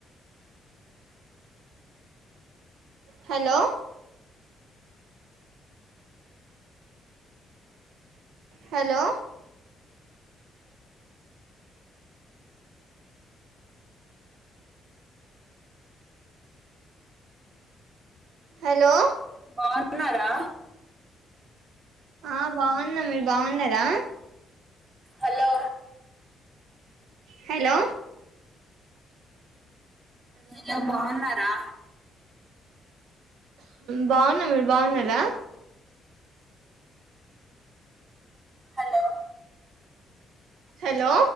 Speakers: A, on the right; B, on the right.
A: hello. Hello. Hello.
B: బాగున్నారా.
A: ఆహ్ బాగున్నము మీరు బావున్నారా.
B: హలో
A: హలో
B: హలో బావున్నారా
A: బావున్నా మీరు బావున్నారా
B: హలో
A: హలో